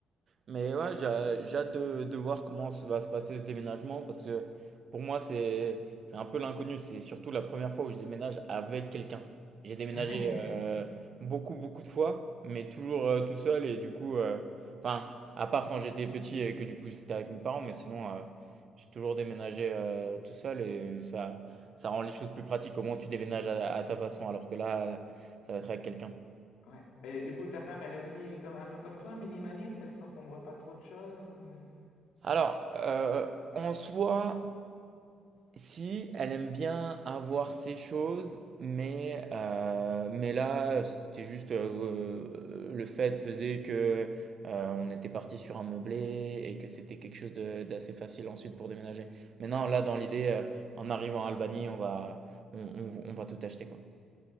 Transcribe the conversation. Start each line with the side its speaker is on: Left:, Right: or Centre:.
Right: Mais ouais, j'ai j'ai hâte de, de voir comment se- va se passer ce déménagement parce que pour moi, c'est c'est un peu l'inconnu. C'est surtout la première fois où je déménage avec quelqu'un. J'ai déménagé
Left: <laughs>
Right: euh, beaucoup, beaucoup de fois, mais toujours euh, tout seul. Et du coup, euh, enfin, à part quand j'étais petit et que du coup c'était avec mes parents, mais sinon, euh, j'ai toujours déménagé euh, tout seul et ça, ça rend les choses plus pratiques. Au moins, tu déménages à, à ta façon alors que là, ça va être avec quelqu'un.
Left: Ouais. Mais du coup, ta femme, elle est aussi comme, un peu comme toi, minimaliste, elle s'encombre pas de trop de choses. euh,
Right: Alors, euh, en soi. Si, elle aime bien avoir ses choses, mais, euh, mais là, c'était juste euh, le fait faisait que euh, on était parti sur un meublé et que c'était quelque chose de- d'assez facile ensuite pour déménager. Mais non, là, dans l'idée, euh, en arrivant en Albanie, on va, on, on- on va tout acheter, quoi.